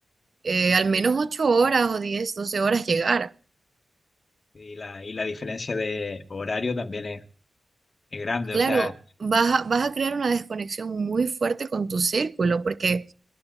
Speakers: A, on the right; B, on the left.
A: eh, al menos 8 horas o 10 12 horas llegar.
B: Y la, y la diferencia de horario también es, es grande.
A: Claro,
B: O sea,
A: vas a, vas a crear una desconexión muy fuerte con tu círculo, porque